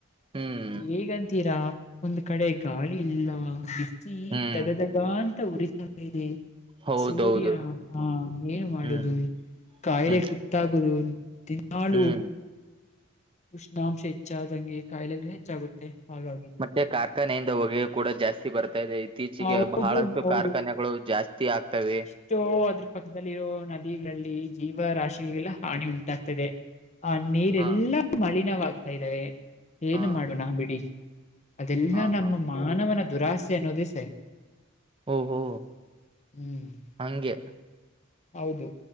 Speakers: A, on the right; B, on the left.
A: ಹ್ಮ್
B: ಹೇಗಂತೀರಾ ಒಂದ್ ಕಡೆ ಗಾಳಿ ಇಲ್ಲ ಬ
A: ಹ್ಮ್
B: ದಗದಗ ಅಂತ ಉರಿಸಿರಿ
A: ಹೌದೌದು
B: ಸೂರ್ಯ ಹಾ ಏನ್ ಮಾಡುದು
A: ಹ್ಮ್
B: ಕಾಯಿಲೆ
A: ಹ್ಮ್
B: ಸುತ್ತಾಗುದು ತಿ ಹಾಳು
A: ಹ್ಮ್
B: ಉಷ್ಣಾಂಶ ಹೆಚ್ಚಾದಂಗೆ ಕಾಯಿಲೆಗಳು ಹೆಚ್ಚಾಗುತ್ತೆ ಹಾಗಾಗಿ
A: ಮ ಕಾರ್ಖಾನೆಯಿಂದ ಹೊಗೆ ಕೂಡ ಜಾಸ್ತಿ ಬರ್ತಾ ಇದೆ ಇತ್ತೀಚೆಗೆ
B: ಹೌದು
A: ಬಹಳಷ್ಟು
B: ಹೌದು
A: ಕಾರ್ಖಾನೆಗಳು ಜಾಸ್ತಿ ಆಗ್ತವೆ
B: ಎಷ್ಟೋ ಅದ್ರ ಪಕ್ಕದಲ್ಲಿರೋ ನದಿಗಳಲ್ಲಿ ಜೀವರಾಶಿಗಳಿಗೆಲ್ಲ ಹಾನಿ ಉಂಟಾಗ್ತದೆ ಆ ನೀರೆಲ್ಲಾ
A: ಹ
B: ಮಳಿನವಾಗ್ತಾ ಇದಾವೆ ಏನು
A: ಹಾ
B: ಮಾಡುಣ ಬಿಡಿ. ಅದೆಲ್ಲ
A: ಹಾ
B: ನಮ್ಮ
A: ಹಾ
B: ಮಾನವನ ದುರಾಸೆ ಅನ್ನೋದೇ ಸರಿ.
A: ಓಹೋ
B: <inaudible> ಹ್ಮ್
A: ಹಂಗೆ
B: <inaudible> ಹೌದು.